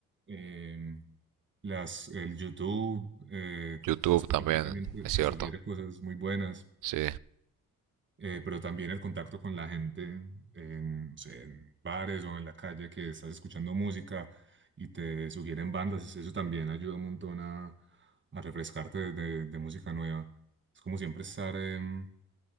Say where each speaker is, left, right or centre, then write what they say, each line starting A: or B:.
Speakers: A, on the right; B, on the right.
A: em, las, el YouTube, eh,
B: YouTube
A: Spotify
B: también,
A: también te,
B: es
A: te
B: cierto.
A: sugiere cosas muy buenas,
B: Sí,
A: eh, pero también el contacto con la gente en, no sé, en bares o en la calle que estás escuchando música y te sugieren bandas, eso también ayuda un montón a, a refrescarte de, de- de música nueva. Es como siempre estar em,